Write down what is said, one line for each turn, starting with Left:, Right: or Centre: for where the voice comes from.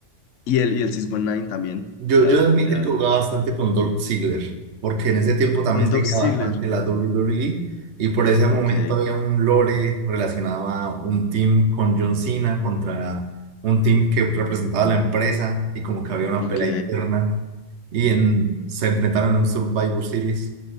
Left: Y el, y el 619 también.
Right: Yo,
Left: Era,
Right: yo he de admitir
Left: era
Right: que
Left: el.
Right: jugaba bastante con Dolph Ziggler, porque en ese tiempo también
Left: Con
Right: seguía
Left: Doc Ziegler.
Right: bastante la WWE y por ese momento
Left: Ok,
Right: había un lore relacionado a un team con John Cena contra un team que representaba la empresa y como que había una
Left: ok.
Right: pelea interna Y en, se enfrentaron en un Survivor Series